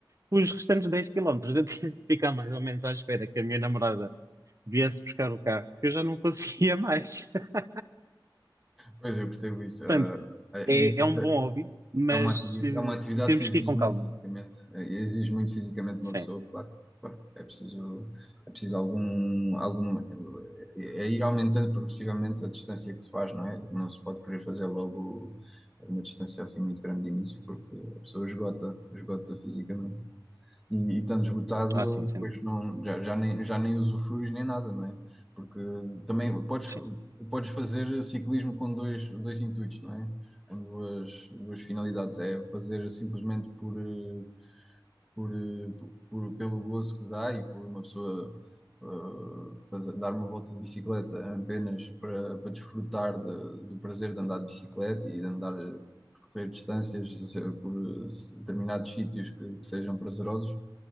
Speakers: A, on the right (about 40°); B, in the centre.
A: Os restantes 10 quilómetros eu tive de ficar mais ou menos à espera que a minha namorada viesse buscar o carro, que eu já não conseguia mais. <laughs>
B: Pois, eu percebo isso. Ah,
A: Portanto,
B: ah,
A: é,
B: e
A: é um
B: ah,
A: bom hobby, mas
B: é uma atividade,
A: eh,
B: é uma atividade
A: temos
B: que exige
A: que ir com
B: muito
A: calma.
B: fisicamente, eh, exige muito fisicamente
A: Sim,
B: uma pessoa, claro. claro. É preciso, é preciso algum, algum, é é ir aumentando progressivamente a distância que se faz, não é? Não se pode querer fazer logo uma distância assim muito grande de início, porque a pessoa esgota, esgota fisicamente. E, e estando esgotado,
A: ah, sim,
B: depois
A: sem dúvida.
B: não, já, já nem, já nem usufruis nem nada, não é? Porque também podes,
A: Sim.
B: podes fazer ciclismo com dois, dois intuitos, não é? Com duas, duas finalidades. É fazer simplesmente por, eh, por, eh, por- por- pelo gozo que dá e por uma pessoa eh, fazer, dar uma volta de bicicleta apenas para, para desfrutar de- do prazer de andar de bicicleta e de andar, eh, percorrer distâncias eh, por eh, determinados sítios que que sejam prazerosos